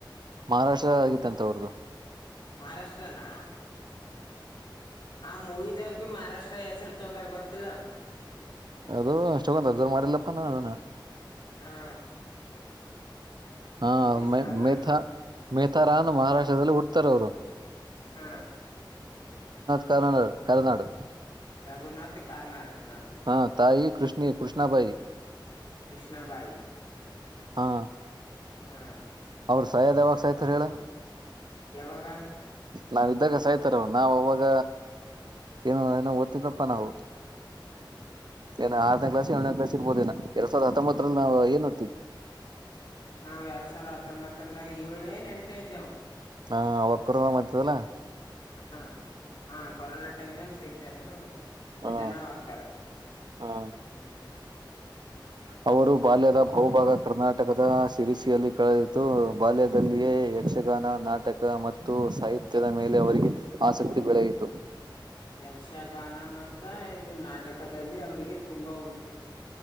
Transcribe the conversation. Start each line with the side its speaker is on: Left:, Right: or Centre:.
Right: ಮಹಾರಾಷ್ಟ್ರದ ಆಗಿತ್ತು ಅಂತ ಅವ್ರ್ದು
Left: ಮಹಾರಾಷ್ಟ್ರನಾ ಆ ಮೂವಿದಾಗ ಭ ಮಹಾರಾಷ್ಟ್ರ ಹೆಸರು ತೊಂದ್ರ ಗೊತ್ತಿಲ್ಲ
Right: ಅದು ಅಷ್ಟೊಂದು ಅಬ್ಸರ್ವ್ ಮಾಡಿಲ್ಲತ್ತನ ಅದನ್ನ
Left: ಹಾ
Right: ಹಾ
Left: ಗಿರೀಶ್
Right: ಮ
Left: ಕಾರ್ನಾಡ್
Right: ಮೇಥ ಮೇಥಾರಾನ ಮಹಾರಾಷ್ಟ್ರದಲ್ಲಿ ಹುಡ್ತಾರ ಅವರು
Left: ಹ್ಮ
Right: ಕರ್ನಾಡ ಕರನಾಡು
Left: ರಘುನಾಥ್ ಕಾರ್ನಾರ್ ಹ
Right: ಹಾ ತಾಯಿ ಕೃಷ್ಣಿ ಕೃಷ್ಣಾಬಾಯಿ
Left: ಕೃಷ್ಣಾಬಾಯಿ
Right: ಹಾ
Left: ಹಾ
Right: ಅವ್ರ ಸಾಯದ್ ಯಾವಾಗ ಸಹತ್ ಹೇಳ
Left: ಯಾವಾಗ
Right: ನಾವ ಇದ್ದಾಗ ಸಾಯ್ತಾರ ನಾವ್ ಅವಾಗ ಈಗ ಏನು ಏನುೋ ಓದ್ತಿದಪ್ಪ ನಾವು ಏನ ಆರನೇ ಕ್ಲಾಸ್ ಏಳನೇ ಕ್ಲಾಸ್ ಇರ್ಬೋದೇನ ಎರಡ್ ಸಾವಿರದ ಹತ್ತೊಂಬತ್ತರಲ್ಲಿ ನಾವವು ಏನ್ ಹತೀವಿ
Left: ನಾವು ಎರಡ್ ಸಾವಿರದ ಹತ್ತೊಂಬತ್ತರದಾಗ ಏಳನೇ ನಂಟನೇ ಇದ್ದೆವು
Right: ಹಾ ವಕ್ಕ್ರ ಮ್ತದಲ್ಲ
Left: ಹ ಹಾ ಕೊರೋನಾ ಟೈಮ್ ನಲ್ಲಿ ಸಹತಾರೆನ ಅವರು ನಿಧಾನವಾಗ್ತಾರ
Right: ಹಾ ಹಾ
Left: ಹ್ಮ
Right: ಅವರು ಬಾಲ್ಯದ ಬಹಭಾಗ ಕರ್ನಾಟಕ ನಾಟಕದ ಸಿರಿಸಿಯಲ್ಲಿ ಕಳೆದಿತು ಬಾಲ್ಯದಲ್ಲಿಯೇ ಯಕ್ಷಗಾನ ನಾಟಕ ಮತ್ತು ಸಹಿ ನಿತ್ಯದ ಮೇಲೆ ಅವರಿಗೆ ಆಸಕ್ತಿ ಬೆಳೆಯಿತು
Left: ಯಕ್ಷಗಾನ ಮತ್ತ ಇದು ನಾಟಕದಲ್ಲಿ ಅವ್ರಿಗೆ ತುಂಬಾ ಹುಟ್ಟೆ